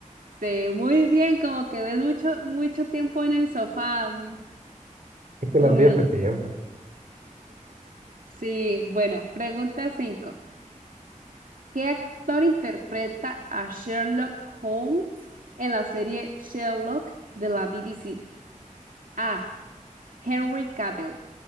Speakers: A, on the right (about 85°); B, on the right (about 70°).
A: Sí, muy bien, como que ves mucho, mucho tiempo en el sofá. Mm.
B: Es que
A: mm.
B: las vi hace tiempo,
A: Sí, bueno, pregunta 5. ¿Qué actor interpreta a Sherlock Holmes en la serie Sherlock de la BBC? A. Henry Cavill.